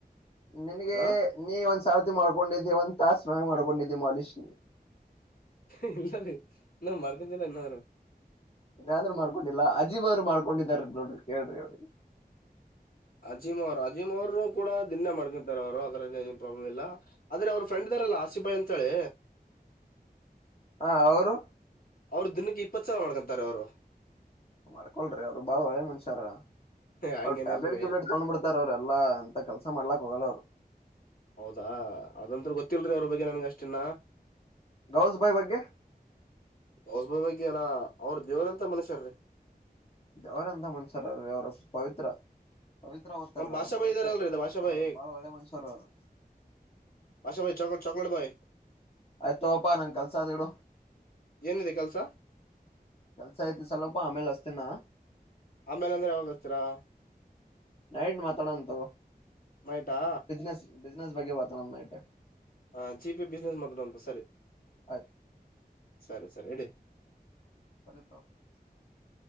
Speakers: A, on the left (about 40°); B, on the left (about 65°).
A: ನಿನ್ಗೆ
B: ಹ
A: ನೀ ಒಂದ್ ಸಾರತಿ ಮಾಡರ್ಕೊಂಡಿದ್ದೀ ಒಂದ ತಾಸ್ ಮ್ಯಾ್ ಮಾಡ್ಕೊಂಡಿದ್ದಿ ಮಾಲಿಷ್
B: ಇಲ್ಲ ರೀ ನಮ್ ಮರ್ತನ್ಲ್ಲ ಇನ್ನಾದ್ರೂ
A: ಾದ್ರರು ಮಾಡ್ಕೊಂಡಿಲ್ಲಾ ಅಜೀ್ ಅವ್ರು ಮಾಡ್ಕೊಂಡಾರ ನೋಡ್ರಿ ಕೇಳ್ರಿ ಅವನಿಗೆ
B: ಅಜೀಮ್ ಅವರು ಅಜೀಮ್ ಅವರು ಕೂಡ ದಿನ್ ಮಾಡ್ಕೊಂತಾರೆ ಅವರು ಅದ್ರಲ್ಲಿ ಏನು ಪ್ರಾಬ್ಲಮ್ ಇಲ್ಲ ಆದ್ರೆ ಅವ್ರ ಫ್ರೆಂಡ್ ಇದಾರಲ್ಲ ಹಸಿಬಾಯ್ ಅಂತಳಿ
A: ಹಾ ಅವರು
B: ಅವ್ರ ದಿನಕ್ಕೆ ಇಪ್ಪತ್ತು ಸಲ ಮಾಡ್ಕೊಂತಾರೆ ಅವ್ರು
A: ಮಾಡ್ಕೊಲ್್ರಿ ಅವ್ರು ಬಾಳ ಒಳೆ ಮನ್ಸಾರ
B: ಹೇ ಹಂಗೇನಿಲ್ರಿ
A: ಅವ್ರು ಟ್ಯಾಬ್ಲೆಟ್ ಗ್ಯಬ್ಲೆಟ್ ತಗೊಂಡ್ ಬಿಡ್ತಾರ ಅವ್ರ ಎಲ್ಲಾ ಅಂತ ಕೆಲ್ಸ ಮಾಡ್ಲಾಕ್ ಹೋಗಲ್ಲ ಅವರು
B: ಹೌದಾ ಅದಂತ್ ಗೊತ್ತಿಲ್ರರಿ ಅವ್ರ ಬಗ್ಗೆ ನನ್ಗ ಅಷ್ಟನ್ನ
A: ಗೌಸ್ ಬಾಯ್ ಬಗ್ಗೆ
B: ಹೌಸ ಭ ಬಗೆಲ್ಲ ಅವ್ರ ದೇವ್ರಂತ ಮನುಷ್ಯರ್ರೀ
A: ಅವ್ರಂತ ಮುನ್ಸಾರೀ ಅವ್ರ ಪವಿತ್ರ ಪವಿತ್ರ ಹತಾರೆ
B: ನಮ್
A: ಅವ್ರು
B: ಭಾಷಾ
A: ಪವಿತ್ರ
B: ಭಾಯ್ ಇದಾರಲ್ರಿ
A: ಕುನ್
B: ಇದು ಭಾಷಾ
A: ಹತಾರ
B: ಭಾಯ್
A: ಅವ್ರು ಬಾಳ ಒಳ್ಳೆ ಮನುಷ್ಯರು ಅವರು
B: ಬಾಷಾ ಭ ಚೊಕ ಚೌಕಲಟ್ ಬ ಭಾಯ
A: ಆಯ್ತೋಪ್ಪಾ ನನ್ ಕೆಲ್ಸ ಅದ್ ಇಡು
B: ಏನಿದೆ ಕೆಲ್ಸ
A: ಕೆಲ್ಸ ಐ್ತಿ ಸಲಪಾ ಆಮೇಲ್ ಅಸ್ತಿನ
B: ಆಮೇಲೆ ಅಂದ್ರೆ ಯಾವಾಗ ಹಸರಾ
A: ನಾ ಎನ್ ಮಾತಾಡೋಂತವ
B: ನೈಟಾ
A: ಬಿಸ್ನೆಸ್ ಬಿಜನೆಸ್ ಬಗ್ಗೆ ಮಾತಾಡೋಮ್ಮ ನೈಟ್
B: ಹ ಜಿ ಪಿ ಬಿಸ್ನೆಸ್ ಮಾತಾಡೋಮ್ಮ ಸರಿ
A: ಹ
B: ಸರಿ ಸರಿ ಇಡಿ
A: <unintelligible>